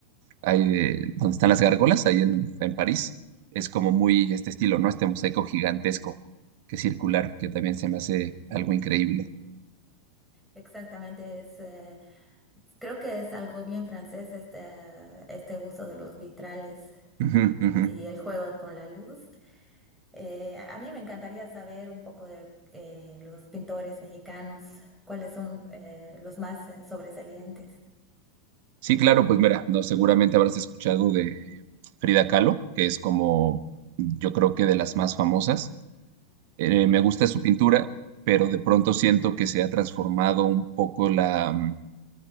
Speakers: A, on the right (about 50°); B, in the centre.
A: ahí de- donde están las gárgolas, ahí en, en París. Es como muy este estilo, ¿no? Este mosaico gigantesco que es circular, que también se me hace algo increíble.
B: Exactamente, es, eh, creo que es algo bien francés este, este uso de los vitrales
A: Ujú, ujú.
B: y el juego con la luz. Eh, a mí me encantaría saber un poco de eh, los pintores mexicanos, cuáles son eh, los más eh, sobresalientes.
A: Sí, claro, pues mira, no, seguramente habrás escuchado de Frida Kahlo, que es como, yo creo que de las más famosas. Eh, me gusta su pintura, pero de pronto siento que se ha transformado un poco la, mm,